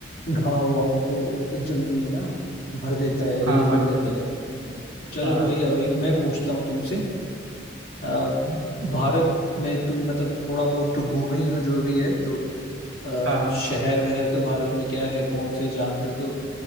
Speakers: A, on the left; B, on the right.
A: घाव वाव को जल्दी ना भर देता है हील
B: हाँ भर
A: कर देता
B: देता
A: है हम्म। चलो
B: हाँ
A: भाई अब एक मैं पूछता हूँ तुमसे अ, भारत में तुम मतलब थोड़ा बहुत तो घूमे ही हो जो भी है तो अ,
B: हाँ हाँ
A: शहर वहर तो भारत में क्या है कौन से जानते हो तो